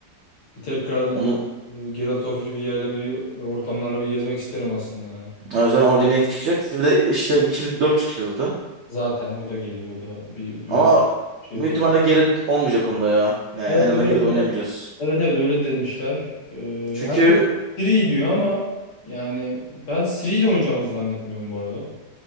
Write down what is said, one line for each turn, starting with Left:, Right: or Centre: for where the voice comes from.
Left: Bir tekrardan
Right: onu,
Left: e, Geralt of Rivia'yla bir e, ortamlarla bir gezmek isterim aslında yani.
Right: yani zaten onun remake çıkacak. Bir de işte Witcher dört çıkacak zaten.
Left: Zaten o da geliyor, o da bir duyuru
Right: Ama
Left: şey
Right: büyük
Left: söyle.
Right: ihtimalle geri olmayacak onda ya. Yani
Left: Evet
Right: en azından
Left: öyle,
Right: geri de
Left: öyle-
Right: oynayamayacağız.
Left: evet evet öyle demişler. Ee,
Right: Çünkü
Left: herkes Siri diyor ama yani ben Siri ile oynayacağımızı zannetmiyorum bu arada.